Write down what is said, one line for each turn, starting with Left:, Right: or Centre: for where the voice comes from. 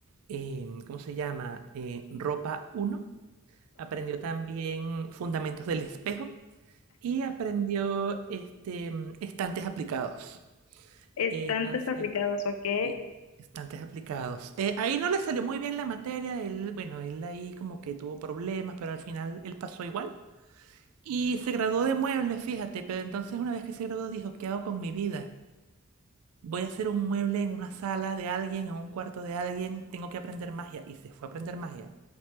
Right: em, ¿cómo se llama? Eh, ropa uno Aprendió también fundamentos del espejo. Y aprendió este, mm, estantes aplicados.
Left: Estantes
Right: Entonces,
Left: aplicados, ok,
Right: sí, estantes aplicados. Eh, ahí no le salió muy bien la materia, él, bueno, él ahí como que tuvo problemas, pero al final él pasó igual. Y se graduó de muebles, fíjate, pero entonces una vez que se graduó dijo, ¿qué hago con mi vida? Voy a hacer un mueble en una sala de alguien, en un cuarto de alguien, tengo que aprender magia. Y se fue a aprender magia.